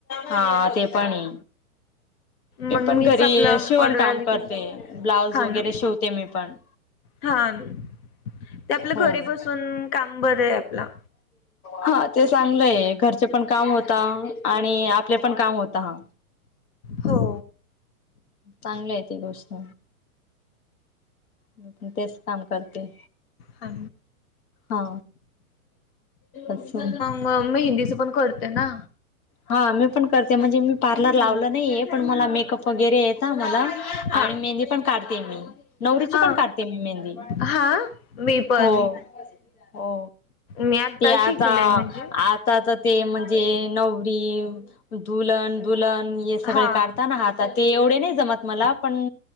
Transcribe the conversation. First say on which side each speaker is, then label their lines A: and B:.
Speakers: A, on the left (about 75°); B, on the left (about 45°).
A: हा ते पाणी. मी
B: मग
A: पण
B: मीच
A: घरी
B: आपला
A: शिवण
B: ऑर्डर
A: काम
B: आली
A: करते
B: की
A: ब्लाउज
B: हा
A: वगैरे
B: ना
A: शिवते मी पण.
B: हा ते आपलं
A: हो हो.
B: घरी बसून काम बरं आहे आपला.
A: हा ते चांगलंय घरचे पण काम होता आणि आपले पण काम होता हा.
B: हो.
A: चांगलं आहे ते गोष्ट. मी पण तेच काम करते.
B: हा
A: हा अच्छा.
B: म मेहंदीचं पण करते ना.
A: हा मी पण करते म्हणजे मी पार्लर
B: हम्म
A: लावलं नाहीये पण मला मेकअप वगैरे येत मला.
B: हा
A: आणि मेहंदी पण काढते मी नवरीची
B: हा
A: पण काढते मी मेहंदी.
B: हा मी पण
A: हो हो
B: मी
A: ते आता
B: शिकले म्हणजे
A: आता तर ते म्हणजे नवरी दुल्हन दुल्हन हे सगळे
B: हा
A: काढताना हात ते एवढे नाही जमत मला पण